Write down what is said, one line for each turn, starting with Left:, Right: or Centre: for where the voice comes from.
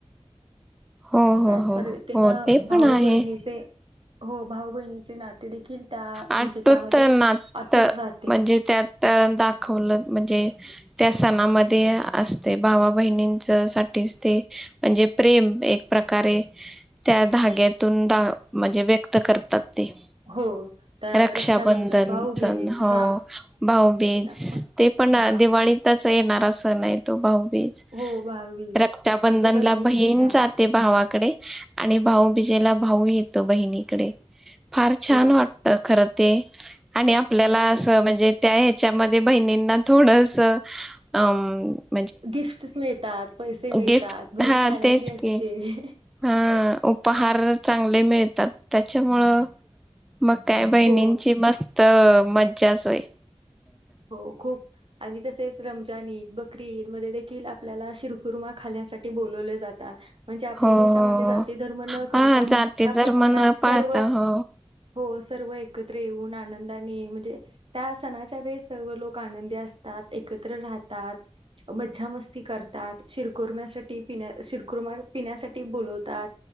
Centre: हो हो
Right: त्याच
Centre: हो
Right: पधतीनं
Centre: हो ते
Right: भाऊ
Centre: पण आहे
Right: बहिणीचे हो. भाव बहिणीचे नाते दे- खील त्या
Centre: आटूत
Right: म्हणजे त्यामध्ये
Centre: नात
Right: अतुट राह
Centre: म्हणजे त्यात. दाखवलं म्हणजे त्या सणामध्ये असते, भावा बहिणींच साठीच ते म्हणजे प्रेम एक प्रकारे त्या धाग्यातून दा म्हणजे व्यक्त करतात ते.
Right: हो. त्या
Centre: रक्षाबंधन
Right: भाऊबीज
Centre: सण हो
Right: हा
Centre: भाऊबीज
Right: नागपंच
Centre: ते पण
Right: हा
Centre: दिवाळीतच येणारा सण आहे तो भाऊ पिज
Right: हो भाऊबीज
Centre: रक्ताबंधन
Right: म्हणजे बहिणीने
Centre: ला बहीण
Right: हा
Centre: जाते भावा कडे आणि भाऊ बीजेला भाऊ येतो बहिणीकडे फार छान
Right: हो
Centre: वाट. खरं ते आणि आपल्याला अस म्हणजे त्या ह्याच्यामध्ये बहिणींना थोडस अ म
Right: गिफ्टस मिळतात पैसे मिळतात
Centre: गिफ्ट
Right: बहीण
Centre: हा
Right: आनंदी
Centre: तेच
Right: असते.
Centre: की हा उपहार चांगले मिळतात त्याच्यामुळ मग काय बहिणींची
Right: हो
Centre: मस्त त मज्जाच होय.
Right: हो खूप आणि तसेच रमजान ईद बकरी ईद मध्ये देखील आप आपल्याला शिरखुरमा खाण्यासाठी बोलवले जात. <unintelligible> म्हणजे आपल्या
Centre: हो हो
Right: देशामध्ये
Centre: हो
Right: जाती धर्म न करता
Centre: हा
Right: मोठ्या
Centre: जाती धर्म
Right: प्रमाणात
Centre: न
Right: सर्व
Centre: पाळता हो
Right: हो अस. सर्व एकत्र येऊन आनंदाने म्हणजे त्या सणाच्या वेळेस सर्व लोक आनंदी असतात एकत्र राहतात मज्जा मस्ती करतात शिरकुर्म्यासाठी पिण्या शिरकुर्मा पिण्यासाठी बोलवतात